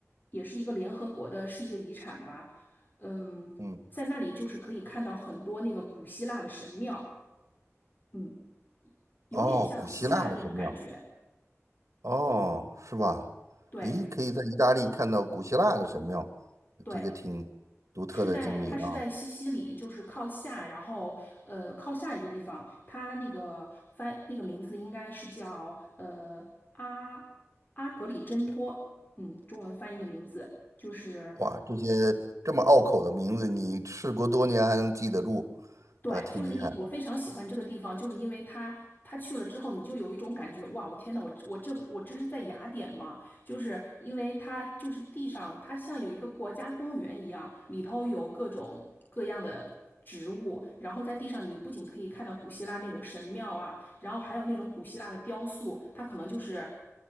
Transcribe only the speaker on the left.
也是一个联合国的世界遗产吧，嗯，
在那里就是可以看到很多那个古希腊的神庙，嗯，有点像希腊那种感觉，
对
对。
是在它是在西西里，就是靠下，然后呃靠下一个地方，它那个翻那个名字应该是叫呃阿阿格里真托，嗯，中文翻译的名字就是
对，
就是因我非常喜欢这个地方，就是因为它，它去了之后，你就有一种感觉，哇，我天呐，我我这我这是在雅典吗？就是因为它就是地上，它像有一个国家公园一样，里头有各种各样的植物，然后在地上你不仅可以看到古希腊那种神庙啊，然后还有那种古希腊的雕塑，它可能就是